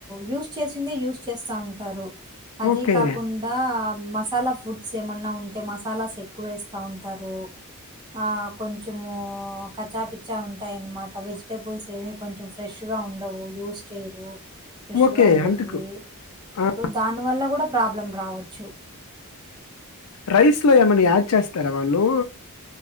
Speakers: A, on the right (about 20°); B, on the left (about 75°).
A: యూస్ చేసిందే యూస్్ చేస్తా ఉంటారు అది
B: ఓకే.
A: కాకుండా మసాలా ఫుడ్స్ ఏమన్నా ఉంటే మసాలాస్ ఎక్కువ వేస్త ఉంటారు ఆ కొంచము కచా పిచ్చా ఉంటాయన్నమాట. వెజిటేబుల్స్ ఏమి కొంచెం ఫ్రెష్గా ఉండవు. యూస్ చేయరు. ఫ్రెష్
B: ఓకే.
A: గా ఉండేటివి
B: అందుకు ఆ!
A: సో దాని వల్ల కూడా ప్రాబ్లం రావచ్చు
B: రైస్ లో ఎమని ఆచ వచ్చేస్తారా వాళ్ళు